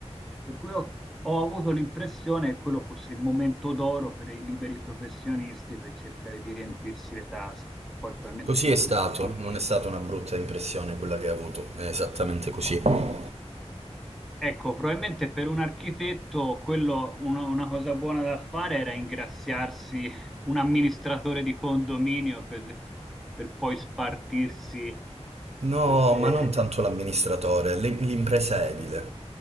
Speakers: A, in the centre; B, on the right (about 65°).
A: Per cui ho, ho avuto l'impressione che quello fosse il momento d'oro per i liberi professionisti per cercare di riempirsi le tasche. Poi probabilmente
B: così
A: il
B: è
A: momento
B: stato,
A: finisce.
B: non è stata una brutta impressione quella che hai avuto, è esattamente così.
A: Ecco, probabilmente per un architetto quello, una, una cosa buona da fare era ingraziarsi un amministratore di condominio per, per poi spartirsi
B: No,
A: queste...
B: ma non tanto l'amministratore, l'im- l'impresa edile,